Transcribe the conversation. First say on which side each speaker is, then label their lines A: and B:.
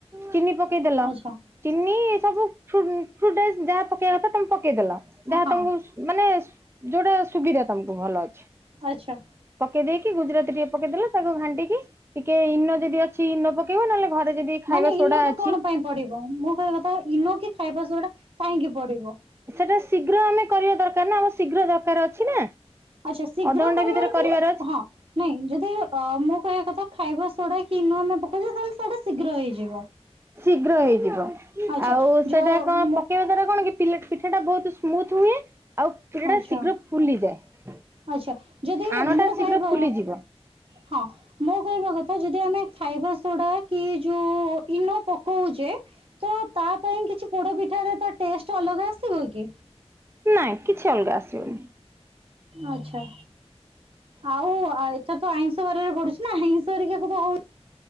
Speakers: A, on the right (about 20°); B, on the right (about 55°).
A: ଚିନି ପକେଇଦେଲ।
B: ଆଚ୍ଛା
A: ଚିନି ସବୁ ଫ୍ରୁ ପ୍ରୁଡେଜ୍ ଯାହା ପକେଇବା କଥା ତମେ ପକେଇଦେଲ। ଯାହା
B: ହଁ।
A: ତମୁକୁ ମାନେ ଯୋଉଟା ସୁବିଧା ତମକୁ ଭଲ ଅଛି।
B: ଆଚ୍ଛା।
A: ପକେଇଦେଇକି ଗୁଜୁରାତି ଟିକେ ପକେଇଦେଲ, ତାକୁ ଘାଣ୍ଟିକି ଟିକେ ଇନୋ ଯଦି ଅଛି ଇନୋ ପ ପକେଇବ ନହେଲେ ଘରେ ଯଦି ଖାଇବା
B: ମାନେ
A: ସୋଡା
B: ଇନୋ ଟା
A: ଅଛି
B: କଣ ପାଇଁ ପଡିବ? ମୁଁ କହିବା କଥା ଇନୋ କି ଖାଇବାସୋଡ଼ା କାହିଁକି ପଡିବ?
A: ସେଟା ଶୀଘ୍ର ଆମେ କରିବା ଦରକାର ନା। ଆମର ଶୀଘ୍ର ଦରକାର ଅଛି ନା।
B: ଆଚ୍ଛା ଶୀଘ୍ର
A: ଅଧଘଣ୍ଟା
B: କରିବାର
A: ଭିତରେ
B: ଥିଲେ
A: ଅଛି
B: ହଁ। ନାଇଁ ଯଦି ଆ ମୁଁ କହିବା କଥା ଖାଇବାସୋଡା କି ଇନୋ ଆମେ ପକଉଚେ ତାହେଲେ ସେଇଟା ଶୀଘ୍ର ହେଇଯିବ।
A: ଶୀଘ୍ର ହେଇଯିବ।
B: ଆଚ୍ଛା
A: ଆଉ ସେଟା
B: ଯ
A: କଣ
B: ମୁଁ
A: ପକେଇବା ଦ୍ଵାରା କଣ କି ପିଲା ପିଠା ଟା ବହୁତ ସ୍ମୁଥ ହୁଏ, ଆଉ ପିଠାଟା
B: ଆଚ୍ଛା।
A: ଶୀଘ୍ର ଫୁଲିଯାଏ।
B: ଆଚ୍ଛା। ଯଦି
A: ଆଣଟା
B: ମୋ କହିବା
A: ଶୀଘ୍ର ଫୁଲିଯିବ।
B: ହଁ ମୋ କହିବା କଥା ଯଦି ଆମେ ଖାଇବା ସୋଡା କି ଯୋଉ ଇନୋ ପକଉଚେ ତ ତା ପାଇଁ କିଛି ପୋଡ଼ପିଠାରେ ତା ଟେଷ୍ଟ ଅଲଗା ଆସିବ କି?
A: ନାଇଁ କିଛି ଅଲଗା ଆସିବନି।
B: ଆଚ୍ଛା। ଆଉ ଆ ଏଥର ତ ଆଇଁଷ ବାରିରେ ପଡୁଚି ନା ଆଇଁଷ ହେରିକାକୁ ତ ହଉ